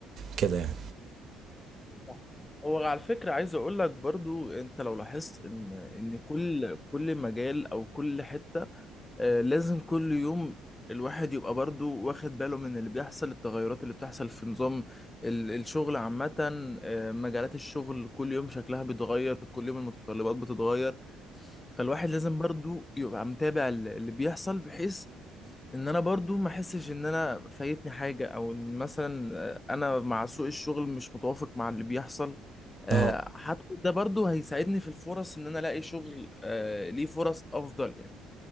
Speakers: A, on the right (about 50°); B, on the left (about 20°).
A: كده يعني
B: صح. هو على فكرة عايز اقول لك برضو انت لو لاحظت ان ان كل كل مجال او كل حتة آه، لازم كل يوم الواحد يبقى برضو واخد باله من اللي بيحصل التغيرات اللي بتحصل في نظام ال- الشغل عامة آه، مجالات الشغل كل يوم شكلها بيتغير كل يوم المتطلبات بتتغير فالواحد لازم برضو يبقى متابع ال- اللي بيحصل بحيث ان انا برضو ما احسش ان انا فايتني حاجة او ان مثلا آه، انا مع سوق الشغل مش متوافق مع اللي بيحصل آه،
A: اهو
B: حتى ده برضو هيساعدني في الفرص ان انا الاقي شغل آه، ليه فرص افضل يعني